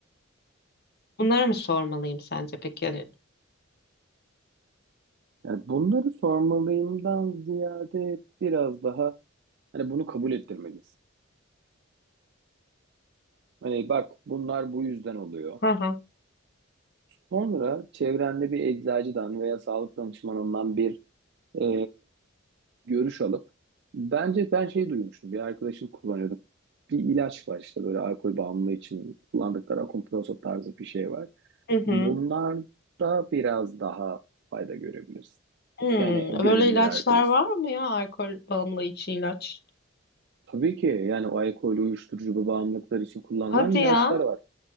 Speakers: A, on the left; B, on the right.
A: Bunlara mı sormalıyım sence peki? Yani,
B: Yani bunları sormalıyımdan ziyade biraz daha Hani bunu kabul ettirmeliyiz. Hani bak bunlar bu yüzden oluyor.
A: Hı hı.
B: Sonra çevrende bir eczacıdan veya sağlık danışmanından bir e, görüş alıp bence ben şey duymuştum. Bir arkadaşım kullanıyordu. Bir ilaç var işte böyle alkol bağımlılığı için kullandıkları Akomproso tarzı bir şey var.
A: Hı hı.
B: Bunlar da biraz daha fayda görebiliriz.
A: Hmm,
B: Yani görebilir
A: böyle ilaçlar
B: arkadaşım.
A: var mı ya? Alkol bağımlı için ilaç.
B: Tabii ki yani o alkol uyuşturucu bu bağımlılıklar için kullanılan
A: Hadi ya.
B: ilaçlar var.